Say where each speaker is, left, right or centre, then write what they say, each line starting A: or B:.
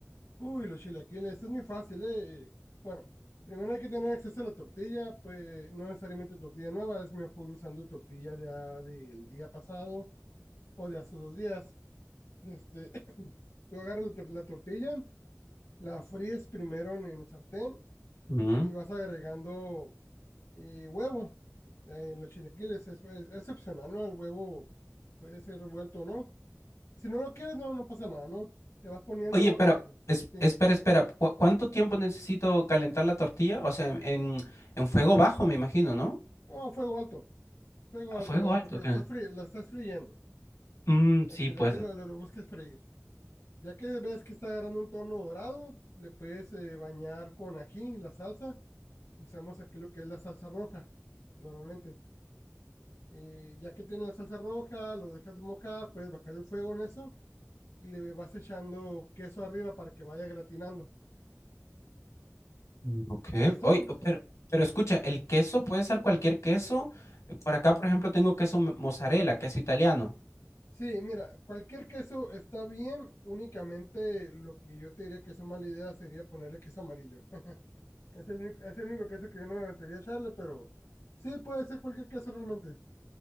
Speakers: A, on the left (about 60°); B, on the left (about 80°).
A: Uy, los chilaquiles, es muy fácil, ¿eh? Bueno, primero hay que tener acceso a la tortilla, pues no necesariamente tortilla nueva, es mejor usando tortilla ya del día pasado o de hace dos días. Este, <clears throat> tú agarras la, tor- la tortilla, la fríes primero en, en el sartén
B: Mm.
A: y vas agregando eh, huevo. Eh, los chilaquiles es, es- es opcional, ¿no? El huevo puede ser revuelto o no. Si no lo quieres, no, no pasa nada, ¿no? Le vas poniendo,
B: Oye, pero
A: eh,
B: es-
A: bien.
B: espera, espera. ¿cu- cuánto tiempo necesito calentar la tortilla? O sea, en, en- en fuego bajo, me imagino, ¿no?
A: No, fuego alto, fuego
B: ¿A
A: alto,
B: fuego
A: lo-
B: alto,
A: porque lo
B: qué?
A: estás, fri- lo estás friendo.
B: Mm, sí,
A: El chilaquil
B: pues.
A: lo, lo, lo busques freír. Ya que ves que está agarrando un tono dorado, le puedes eh, bañar con ají, la salsa. Usamos aquí lo que es la salsa roja, normalmente. Eh, ya que tiene la salsa roja, lo dejas mojar, puedes bajar el fuego en eso y le vas echando queso arriba para que vaya gratinando.
B: Mm, Ok.
A: Y ya es todo,
B: Oye, pero, pero escucha, el queso puede ser cualquier queso. Eh, Por acá, por ejemplo, tengo queso mo- mozzarella, queso italiano.
A: Sí, mira, cualquier queso está bien, únicamente lo que yo te diría que es una mala idea sería ponerle queso amarillo. <laughs> Es el, único- es el único queso que yo no me aventaría a echarle, pero sí, puede ser cualquier queso realmente.